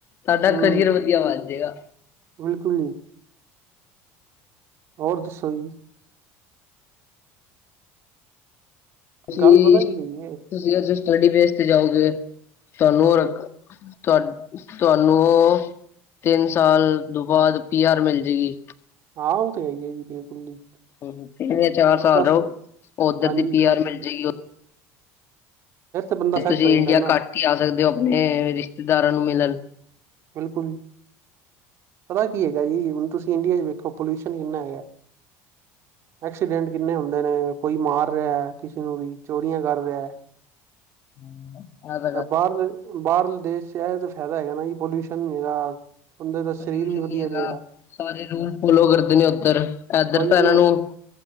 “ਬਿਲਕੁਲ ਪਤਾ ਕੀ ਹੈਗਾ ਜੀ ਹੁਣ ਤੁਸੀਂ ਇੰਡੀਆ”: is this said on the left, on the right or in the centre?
Right